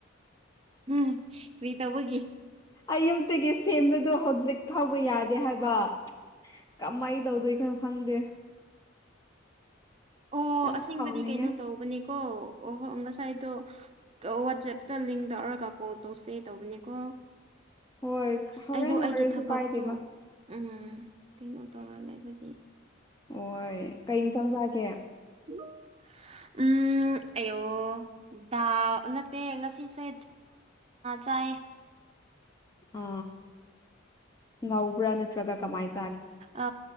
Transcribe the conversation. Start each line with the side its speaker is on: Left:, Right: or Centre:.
Right: ꯎꯝ ꯔ꯭ꯔꯤꯇ ꯍꯒꯦ
Left: ꯑꯌꯨꯛꯇꯒꯤ ꯁꯦꯝꯕꯗ ꯍꯧꯖꯤꯛ ꯐꯥꯎꯕ ꯌꯥꯗꯦ ꯍꯥꯏꯕ ꯀꯃꯥꯏ ꯇꯧꯗꯣꯏ ꯈꯅꯣ ꯈꯪꯗꯦ
Right: ꯑꯣ
Left: ꯌꯥꯝ
Right: ꯑꯁꯦꯡꯕꯗꯤ
Left: ꯁꯥꯎꯅꯤꯡꯉꯦ
Right: ꯀꯩꯅꯣ ꯇꯧꯕꯅꯦ ꯀꯣ ꯑꯣꯣꯏ ꯉꯁꯥꯏꯗꯣ ꯋꯥꯆꯦꯞꯇ ꯂꯤꯡ ꯇꯧꯔꯒ ꯀꯣꯜ ꯇꯧꯁꯦ ꯇꯧꯕꯅꯦꯀꯣ
Left: ꯍꯣꯏ ꯍꯣꯔꯦꯟ
Right: ꯑꯩꯗꯣ ꯑꯩꯒꯤ
Left: ꯑꯣꯏꯔꯁꯨ
Right: ꯊꯕꯛꯇꯣ
Left: ꯀꯥꯏꯗꯦꯕ
Right: ꯎꯝ ꯀꯩꯅꯣ ꯇꯧꯔ ꯂꯩꯕꯒꯤ
Left: ꯑꯣꯣꯏ ꯀꯩ ꯏꯟꯁꯥꯡꯁꯥꯀꯦ
Right: ꯍꯣ ꯎꯝ ꯑꯌꯣ ꯗꯥ ꯅꯠꯇꯦ ꯉꯁꯤꯁꯦ ꯆꯌꯦ
Left: ꯑ ꯉꯎꯕ꯭ꯔꯥ ꯅꯠꯇ꯭ꯔꯒ ꯀꯃꯥꯏꯁꯤ
Right: ꯑ